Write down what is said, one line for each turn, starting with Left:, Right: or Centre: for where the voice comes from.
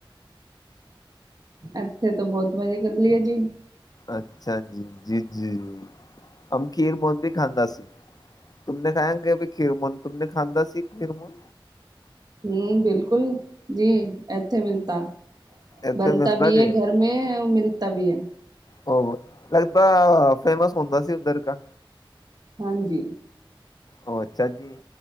Right: ਅੱਛਾ ਤੋ ਬੋਤ ਮਜੇ ਕਰ ਲਿਏ ਜੀ।
Left: ਅੱਛਾ ਜੀ-ਜੀ-ਜੀ ਅਮ ਖੀਰ ਬੋਤ ਵੀ ਖਾਂਦਾ ਸੀ। ਤੁਮਨੇ ਖਾਏ ਹੋਗੇ ਅਬੀ ਖੀਰ <unintelligible> ਖਾਦਾ ਸੀ ਖੀਰ ਮੁਗ
Right: ਹੂੰ ਬਿਲਕੁਲ ਜੀ ਇੱਥੇ ਮਿਲਤਾ
Left: ਏਦਾਂ
Right: ਬਣਤਾ
Left: ਮਿਲਦਾ
Right: ਵੀ
Left: ਕੇ
Right: ਐ ਘਰ ਮੈਂ ਉਹ ਮਿਲਤਾ ਵੀ ਐ।
Left: ਹੋਰ ਲੱਗਦਾ ਫੇਮਸ ਹੁੰਦਾ ਸੀ ਉੱਧਰ ਕਾ
Right: ਹਾਂਜੀ,
Left: ਉਹ ਅੱਛਾ ਜੀ,